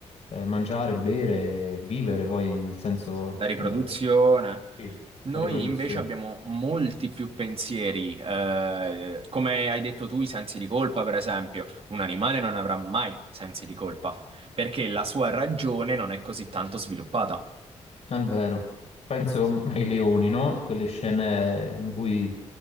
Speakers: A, on the left; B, on the right.
A: eh, mangiare, bere, vivere, poi nel senso,
B: La riproduzione.
A: eh, sì,
B: Noi
A: la riproduzione.
B: invece abbiamo molti più pensieri, eh, come hai detto tu, i sensi di colpa, per esempio. Un animale non avrà mai sensi di colpa perché la sua ragione non è così tanto sviluppata.
A: È vero, penso ai leoni, no? Quelle scene in cui